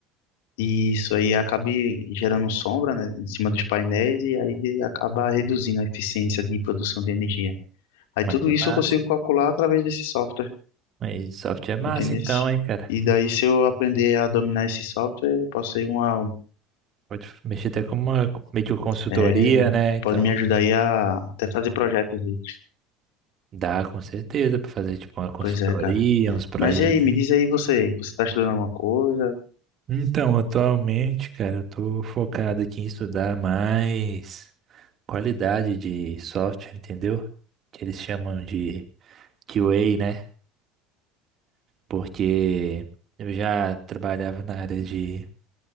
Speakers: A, on the left; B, on the right.
A: E isso aí acabe gerando sombra, né, em cima dos painéis e aí acaba reduzindo a eficiência de produção de energia. Aí
B: Mas
A: tudo
B: é
A: isso
B: massa.
A: eu consigo calcular através desse software.
B: Mas software é massa
A: Entendesse?
B: então, hein, cara?
A: E daí, se eu aprender a dominar esse software, eu posso ser uma.
B: Pode mexer até com uma meio que consultoria,
A: É,
B: né, e
A: pode
B: tal.
A: me ajudar aí a até fazer projetos. aí.
B: Dá com certeza pra fazer tipo uma consultoria,
A: Pois é, cara.
B: uns projetos.
A: Mas e aí, me diz aí você, você tá estudando alguma coisa?
B: Então, atualmente, cara, eu tô focado aqui em estudar mais qualidade de software, entendeu? Que eles chamam de QA, né? Porque eu já trabalhava na área de